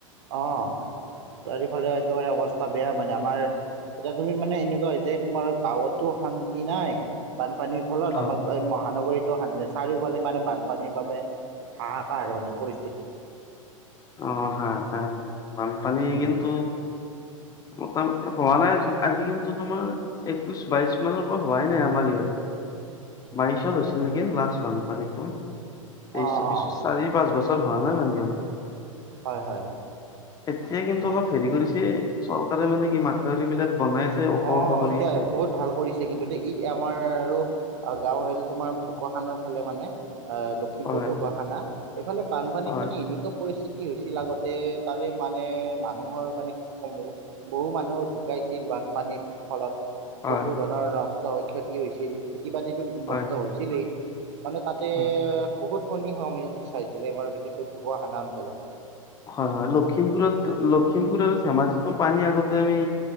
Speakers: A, on the right (about 55°); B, on the left (about 20°).
A: অ' চাৰিওফালে একেবাৰে অৱস্থা বেয়া মানে আমাৰ এতিয়া তুমি মানে এনেকুৱা হৈছে তোমাৰ গাঁৱতো শান্তি নাই, বা বানপানীৰ ফলত
B: হয়
A: আমাৰ এই মহানগৰীতটো স চাৰিওফালে মানে বানপানীৰ বাবে হাহাকাৰ মানে পৰিস্থিতি।
B: আহ হা বানপানী
A: উম,
B: কিন্ত মোটামুটি হোৱা নাই আজ আজি কিন্তো তোমাৰ একৈশ বাইশ মানৰ পৰা হোৱাই নাই আমাৰ ইয়াত। বাইশত হৈছিল। আছিল নেকি লাষ্ট বানপানীটো এই
A: অ',
B: চৌবি‌শ,
A: অ',
B: চাৰি পাঁচ বছৰ হোৱা নাই পানীটো।
A: হয় হয়।
B: এতিয়া কিন্তু
A: অ'।
B: অলপ হেৰি কৰিছে, চৰকাৰে মানে কি মাথাউৰি বিলাক বনাই আছে ওখ
A: অ'
B: ওখ কৰি
A: এতিয়া
B: আছে।
A: বহুত ভাল কৰিছে কিন্তু এ ই আমাৰ আৰু আৰু গাঁৱ হৰিল তোমাৰ ঢুৱাখানৰ ফালে মানে লখিমপুৰ
B: হয়
A: ঢকুৱাখানা এইফালে বানপানীত
B: হয়
A: মানে এনেকুৱা পৰিস্থিতি কি হৈছিল আগতে তাৰে মানে মানুহৰ মানে কি ক'ম বহু মানুহ ঢুকাইছিল বান। পানীৰ ফলত
B: হয়
A: বহু ধৰণৰ নষ্ট ক্ষতি হৈছিল। ক্ষেতিবাদীটো
B: হয়
A: নষ্ট হৈছিলেই মানে তাতে
B: হয়।
A: বহুত সনি চাইছিলে আমাৰ বিশেষকৈ ঢকুৱা খানাত গলো।
B: হয় হয়, লক্ষিমপুৰত লক্ষিমপুৰ আৰু ধেমাজিতো পানী আগতে আমি